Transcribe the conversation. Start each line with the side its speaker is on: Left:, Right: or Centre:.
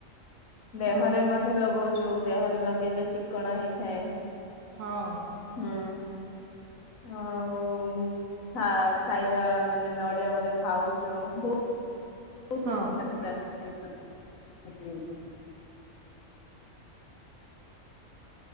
Left: ଦେହରେ
Right: ହଁ
Left: ମଧ୍ୟ ଲଗଉଚୁ ଦେହରେ ଲଗେଇଲେ ଚିକ୍କଣ ହେଇଥାଏ।
Right: ହଁ
Left: ହୁଁ ହଁ। ଆଉ ଖା ଖାଇବା ମାନେ ନଡିଆ ମଧ୍ୟ ଖାଉଚୁ ବଉ <unintelligible>
Right: ହଁ